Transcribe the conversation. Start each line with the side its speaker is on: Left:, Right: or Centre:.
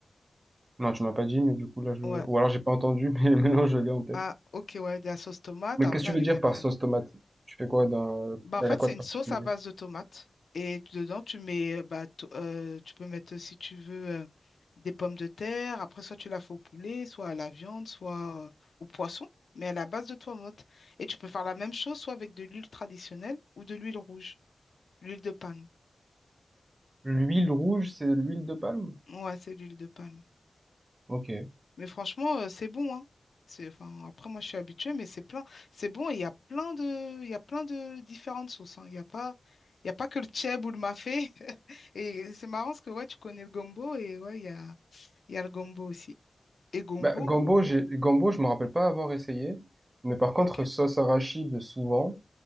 Right: Non, tu m'as pas dit, mais du coup, là, je...
Left: Ouais.
Right: Ou alors, j'ai pas entendu, <laughs> mais maintenant, je l'ai en tête.
Left: Ah, ok, ouais, de la sauce tomate,
Right: Mais
Left: après
Right: qu'est-ce que tu
Left: avec
Right: veux dire
Left: des variantes.
Right: par sauce tomate? Tu fais quoi dans...
Left: Bah, en
Right: Elle
Left: fait,
Right: a quoi
Left: c'est
Right: de
Left: une
Right: particulier?
Left: sauce à base de tomates. Et dedans, tu mets, euh, bah, to- euh, tu peux mettre, si tu veux, euh, des pommes de terre. Après, soit tu la fais au poulet, soit à la viande, soit euh, au poisson, mais à la base de tomates. Et tu peux faire la même chose, soit avec de l'huile traditionnelle ou de l'huile rouge, l'huile de palme.
Right: L'huile rouge, c'est l'huile de palme?
Left: Ouais, c'est l'huile de palme.
Right: Ok.
Left: Mais franchement, euh, c'est bon, hein. C'est, enfin, après, moi, je suis habituée, mais c'est plein. C'est bon et il y a plein de, il y a plein de différentes sauces. hein. Il n'y a pas, il y a pas que le tchèb ou le mafé. <laughs> Et c'est marrant parce que ouais, tu connais le gombo et ouais, il y a, il y a le gombo aussi. Et gombo,
Right: Bah, gombo, j'ai... gombo, je me rappelle pas avoir essayé. Mais par contre,
Left: Ok.
Right: sauce arachide, souvent.